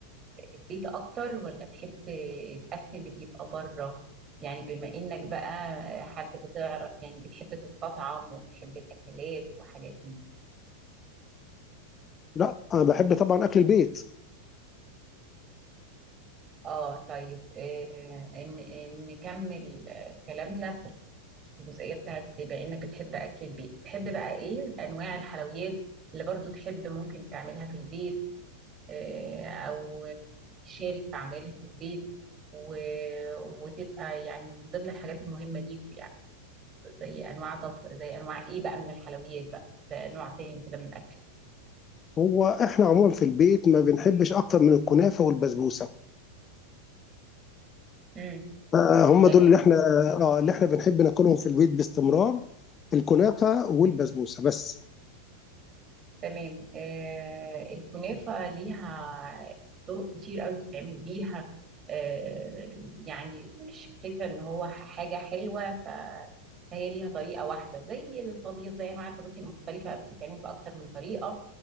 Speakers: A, on the right (about 25°); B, on the left (about 25°).
A: البيت أكتر ولا بتحب الأكل اللي بيبقى بره يعني بما إنك بقى حد بتعرف يعني بتحب تستطعم وبتحب الأكلات وحاجات من
B: لا انا بحب طبعا اكل البيت
A: اه طيب آه ان إن نكمل آه، كلامنا في الجزئيه بتاعت بما انك بتحب اكل البيت تحب بقى ايه انواع الحلويات اللي برضو تحب ممكن تعملها في البيت آه او تشارك في عملها في البيت و... وتبقى يعني من ضمن الحاجات المهمه ليكوا يعني زي انواع طبخ زي انواع ايه بقى من الحلويات بقى ده نوع تاني كده من الاكل
B: هو احنا عموما في البيت ما بنحبش اكتر من الكنافه والبسبوسه
A: مم.
B: آه هم
A: آه،
B: دول اللي احنا اه اللي احنا بنحب ناكلهم في البيت باستمرار الكنافه والبسبوسه بس
A: تمام آه الكنافة ليها طرق كتير قوي تتعمل بيها آه يعني مش فكرة ان هو ح- حاجة حلوة ف- فهي ليها طريقة واحدة زي الطبيخ زي انواع الطبيخ المختلفة بتتعمل بأكتر من طريقة